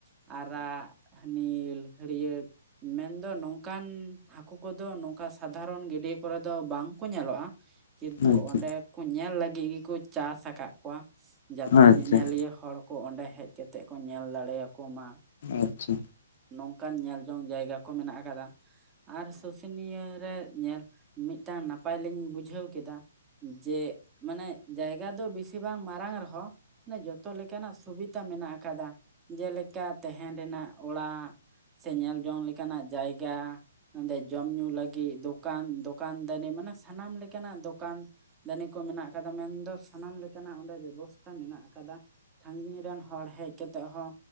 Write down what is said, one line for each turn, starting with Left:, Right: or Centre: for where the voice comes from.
Right: ᱟᱨᱟᱜ, ᱱᱤᱞ, ᱦᱟᱹᱨᱭᱟᱹᱲ ᱢᱮᱱᱫᱚ ᱱᱚᱝᱠᱟᱱ ᱦᱟᱹᱠᱩ ᱠᱚᱫᱚ ᱱᱚᱝᱠᱟ ᱥᱟᱫᱷᱟᱨᱚᱱ ᱜᱟᱹᱰᱭᱟᱹ ᱠᱚᱨᱮ ᱫᱚ ᱵᱟᱝ ᱠᱚ ᱧᱮᱞᱚᱜᱼᱟ᱾ ᱠᱤᱱᱛᱩ
Left: ᱟᱪᱪᱷᱟ
Right: ᱚᱸᱰᱮ ᱠᱩ ᱧᱮᱞ ᱞᱟᱹᱜᱤᱫ ᱜᱮᱠᱚ ᱪᱟᱥ ᱟᱠᱟᱫ ᱠᱚᱣᱟ ᱡᱟᱛᱮ
Left: ᱟᱪᱪᱷᱟ
Right: ᱧᱮᱧᱮᱞᱤᱭᱟᱹ ᱦᱚᱲ ᱟᱠᱚ, ᱚᱸᱰᱮ ᱦᱮᱡ ᱠᱟᱛᱮᱫ ᱠᱚ ᱧᱮᱞ ᱫᱟᱲᱮᱭᱟᱠᱚ ᱢᱟ ᱾
Left: ᱟᱪᱪᱷᱟ᱾
Right: ᱱᱚᱝᱠᱟᱱ ᱧᱮᱞ ᱡᱚᱝ ᱡᱟᱭᱜᱟ ᱠᱚ ᱢᱮᱱᱟᱜ ᱟᱠᱟᱫᱟ ᱟᱨ ᱥᱩᱥᱩᱱᱤᱭᱟᱹ ᱨᱮ ᱧᱮᱞ, ᱢᱤᱫᱴᱟᱝ ᱱᱟᱯᱟᱭ ᱞᱤᱧ ᱵᱩᱡᱷᱟᱹᱣ ᱠᱮᱫᱟ ᱡᱮ ᱢᱟᱱᱮ ᱡᱟᱭᱜᱟ ᱫᱚ ᱵᱤᱥᱤ ᱵᱟᱝ ᱢᱟᱨᱟᱝ ᱨᱮᱦᱚᱸ ᱢᱟᱱᱮ ᱡᱚᱛᱚ ᱞᱮᱠᱟᱱᱟᱜ ᱥᱩᱵᱤ ᱛᱟ ᱢᱮᱱᱟᱜ ᱟᱠᱟᱫᱟ᱾ ᱡᱮᱞᱮᱠᱟ ᱛᱮᱦᱮᱱ ᱨᱮᱱᱟᱜ ᱚᱲᱟᱜ, ᱥᱮ ᱧᱮᱞ ᱡᱚᱝ ᱞᱮ ᱠᱟᱱᱟᱜ ᱡᱟᱭᱜᱟ, ᱱᱚᱸᱰᱮ ᱡᱚᱢ-ᱧᱩ ᱞᱟᱹᱜᱤᱜ ᱫᱚ ᱠᱟᱱ, ᱫᱚᱠᱟᱱ-ᱫᱟᱹᱱᱤ ᱢᱟᱱᱮ ᱥᱟᱱᱟᱢ ᱞᱮᱠᱟᱱᱟᱜ ᱫᱚᱠᱟᱱ ᱫᱟᱹᱱᱤ ᱠᱚ ᱢᱮᱱᱟᱜ ᱟᱠᱟᱫᱟ᱾ ᱢᱮᱱᱫᱚ ᱥᱟᱱᱟᱢ ᱞᱮᱠᱟᱱᱟᱜ ᱚᱸᱰᱮ ᱵᱮᱵᱚᱥᱛᱷᱟ ᱢᱮᱱᱟᱜ ᱟᱠᱟᱫᱟ᱾ ᱥᱟᱺᱜᱤᱧ ᱨᱮᱱ ᱦᱚᱲ ᱦᱮᱡ ᱠᱟᱛᱮ ᱦᱚᱸ